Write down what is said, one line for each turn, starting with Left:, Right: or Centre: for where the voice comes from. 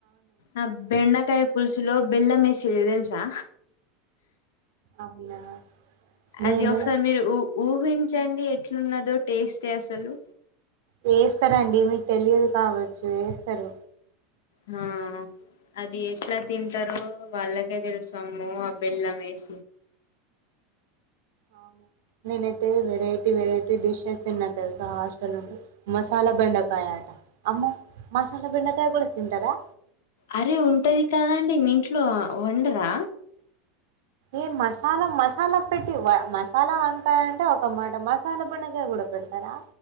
Left: ఆ బెండకాయ పులుసులో బెల్లం వేసిర్రు తెలుసా
Right: అవునా నేను
Left: అది ఒకసారి మీరు ఊ ఊహించండి ఎట్లున్నదో టేస్టే అసలు
Right: వేస్తరండి మీకు తెలియదు కావచ్చు వేస్తారు
Left: హ అది ఎట్లా తింటారో వాళ్ళకే తెలుసు అమ్మో ఆ బెల్లం వేసి
Right: అవునా నేనైతే వెరైటీ వెరైటీ డిషెస్ తిన్న తెలుసా ఆ హాస్టల్ నుండి మసాలా బెండకాయ ఆట అమ్మో మసాలా బెండకాయ కూడా తింటారా
Left: అరే ఉంటది కదండి మీ ఇంట్లో వండరా
Right: ఏ మసాలా మస్త్ మసాలా పెట్టి మసాలా వంకాయ అంటే ఒక మాట మసాలా బెండకాయ కూడా పెడతారా